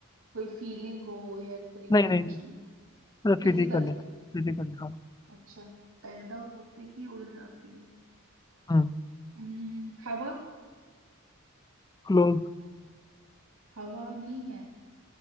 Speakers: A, on the right (about 85°); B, on the left (about 20°).
A: कोई फीलिंग हो या इस तरीके
B: नहीं
A: का
B: नहीं
A: कुछ
B: नहीं
A: नहीं है
B: मतलब
A: फिजिकल
B: फिजिकल
A: है
B: है फिजिकल हाँ
A: अच्छा पैदा होते ही उड़ जाती है
B: हम्म,
A: हम्म, हवा
B: क्लोज
A: हवा नहीं है